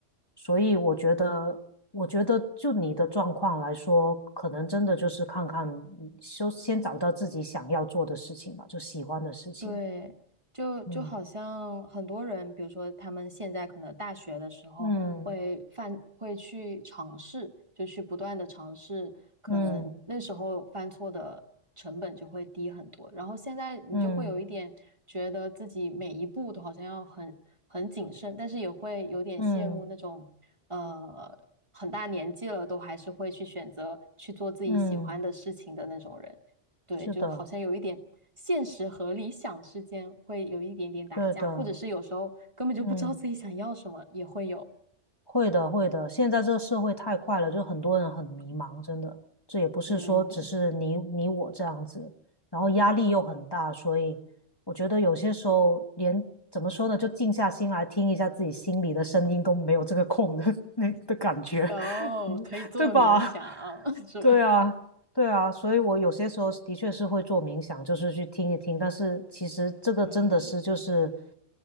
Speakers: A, on the left; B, on the right.
A: 所以我觉得，我觉得就你的状况来说，可能真的就是看看，嗯就先找到自己想要做的事情吧，就喜欢的事情。
B: 对，就就好像很多人，
A: 嗯
B: 比如说他们现在可能大学的时候会犯，
A: 嗯
B: 会去尝试，就去不断的尝试，可能那时候犯错的成本就会低很多。
A: 嗯
B: 然后现在你就会有一点觉得自己每一步都好像要很很谨慎，
A: 嗯
B: 但是也会有点羡慕那种，
A: 嗯
B: 呃，很大年纪了都还是会去选择去做自己喜欢的事情的那种人。
A: 嗯，
B: 对，
A: 是的，
B: 就好像有一点现实和理想之间会有一点点打架，
A: 对的，
B: 或者是有时候根本就不知道自己想要什么，
A: 嗯。
B: 也会有。
A: 会的，会的。现在这个社会太快了，就很多人很迷茫，真的。这也不是说只是你你我这样子，
B: 嗯，
A: 然后压力又很大，所以我觉得有些时候连怎么说呢，就静下心来听一下自己心里的声音都没有这个空的 <laughs> 那的感觉，
B: 有，
A: <laughs> 你对吧？
B: 可以做冥想，<laughs> 是吧？
A: 对啊，对啊。所以我有些时候的确是会做冥想，就是去听一听，但是其实这个真的是就是。
B: 嗯，